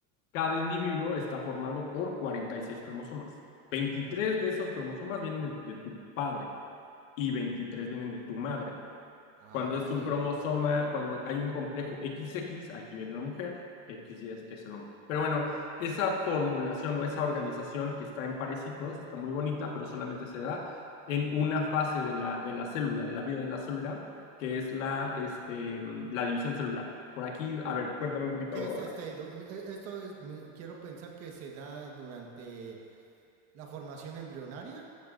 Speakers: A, on the left (about 85°); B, on the right (about 40°).
A: cada individuo está formado por 46 cromosomas. 23
B: Ujú.
A: de esos cromosomas vienen de, de tu padre y 23 vienen de tu madre.
B: Ah,
A: Cuando
B: ok.
A: es un cromosoma, cuando hay un complejo XX, aquí viene la mujer, XY es, es el hombre. Pero bueno, esa formulación o esa organización que está en parecitos está muy bonita, pero solamente se da en una fase de la, de la célula, de la vida de la célula, que es la, este, la división celular. Por aquí,
B: Ujú.
A: a ver, cuéntame un poquito.
B: ¿Qué es este? du- e- Esto es mi- quiero pensar que se da durante la formación embrionaria,